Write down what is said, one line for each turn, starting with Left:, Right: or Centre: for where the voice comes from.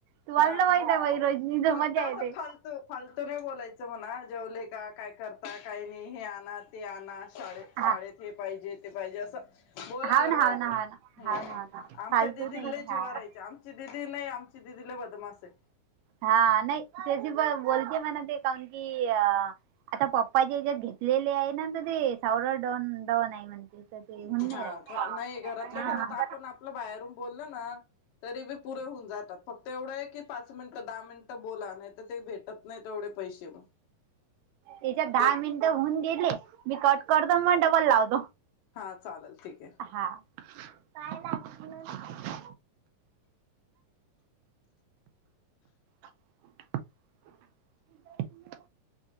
Right: तुम्हाला
Left: हा
Right: तर
Left: मग
Right: माहित आहे बाई रोशनीचं
Left: फक्त
Right: मजा
Left: असं
Right: येते
Left: फालतू फालतू नाही बोलायचं म्हणा जेवले का काय करता काही नाही हे आण ते आण शाळेत
Right: हा
Left: शाळेत हे पाहिजे ते पाहिजे असं बोलायला
Right: हाव
Left: लावायचं
Right: ना हाव ना हाव ना हाव ना हाव ना
Left: आमच्या
Right: फालतू
Left: दिदी
Right: नाही
Left: ल जिवारायचे
Right: हा
Left: आमची दिदी नाही आमची दिदी लय बदमास आहे.
Right: हा नाही तस प बोलते म ते कारण की अ आता पप्पा जे ह्याच्यात घेतलेले आहे ना ते सवर डोन नाही म्हणते तर ते होऊन
Left: हा
Right: नाही राहिल
Left: नाही घरातल्या
Right: हा
Left: घरात आपण आपलं बाहेरून बोलल ना तरी बी पुरे होऊन जातात फक्त एवढं आहे कि पाच मिनिटं दहा मिनिट बोला नाही तर ते भेटत नाही तेवढे पैसे म
Right: त्याच्यात दहा
Left: ते
Right: मिनिटं होऊन गेले मी कट करतो मग डबल लावज
Left: हा चालेल ठीक आहे.
Right: हा काय <unintelligible> <unintelligible>